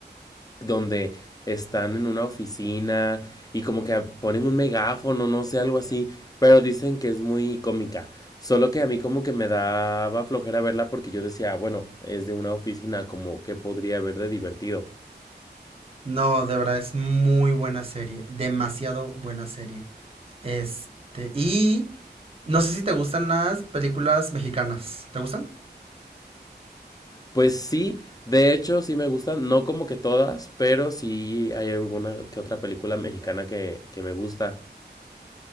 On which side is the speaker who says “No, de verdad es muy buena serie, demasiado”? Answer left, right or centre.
Right